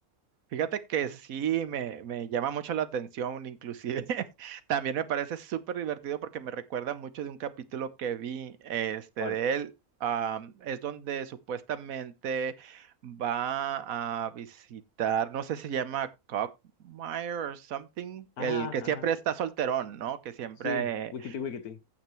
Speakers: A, on the right; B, on the left.
A: Fíjate que sí, me, me llama mucho la atención, inclusive <laughs> también me parece súper divertido porque me recuerda mucho de un capítulo que vi este,
B: ¿Cuál?
A: de él. am, es donde supuestamente va a visitar, no sé si se llama Cockmire or something, el
B: Ajá,
A: que siempre
B: ajá.
A: está solterón, ¿no? Que siempre,
B: Sí, Wikiti Wikiti.